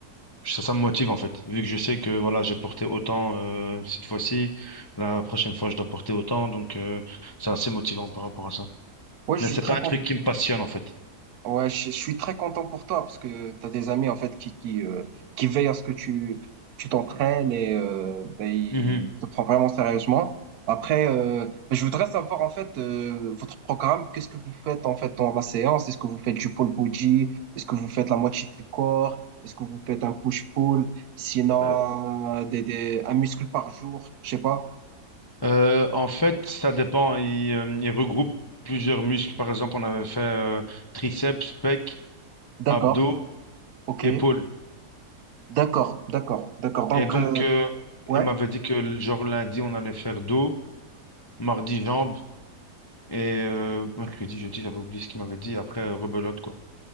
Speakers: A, on the left; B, on the right.
A: Ça, ça me motive en fait, vu que je sais que voilà, j'ai porté autant euh, cette fois-ci, la prochaine fois je dois porter autant, donc euh, c'est assez motivant par rapport à ça.
B: ouais, je
A: Mais
B: suis
A: c'est
B: très
A: pas un
B: content.
A: truc qui me passionne en fait.
B: Ouais, je, je suis très content pour toi parce que tu as des amis en fait qui qui euh, qui veillent à ce que tu tu t'entraînes et euh, ben, ils
A: Mhm.
B: te prennent vraiment sérieusement. Après, euh, ben, je voudrais savoir en fait euh, votre programme, qu'est-ce que vous faites en fait dans la séance? Est-ce que vous faites du pole body? Est-ce que vous faites la moitié du corps? Est-ce que vous faites un push-pull? Sinon,
A: Euh,
B: euh, des, des, un muscle par jour? Je sais pas.
A: euh, en fait, ça dépend. Il, euh, il regroupe plusieurs muscles. Par exemple, on avait fait euh, triceps, pec,
B: D'accord,
A: abdos,
B: ok.
A: épaules.
B: D'accord, d'accord, d'accord. Donc,
A: Et donc,
B: euh,
A: euh,
B: ouais.
A: il m'avait dit que le- genre lundi, on allait faire dos, mardi, jambes, et euh, mercredi, jeudi, j'avais oublié ce qu'il m'avait dit. Après, euh, rebelote, quoi.